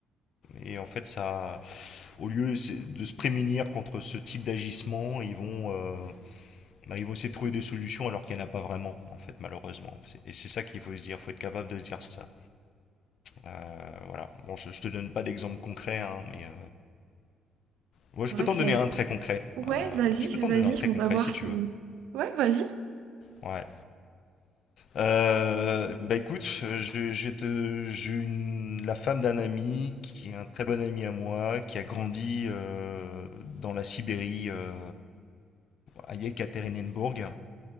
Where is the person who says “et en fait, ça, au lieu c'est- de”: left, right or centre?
Left